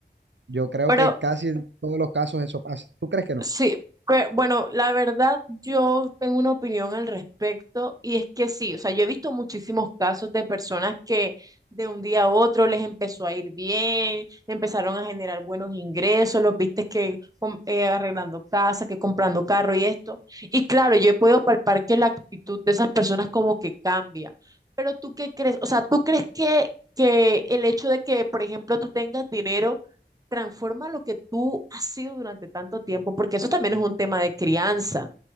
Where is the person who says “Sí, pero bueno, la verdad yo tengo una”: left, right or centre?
Right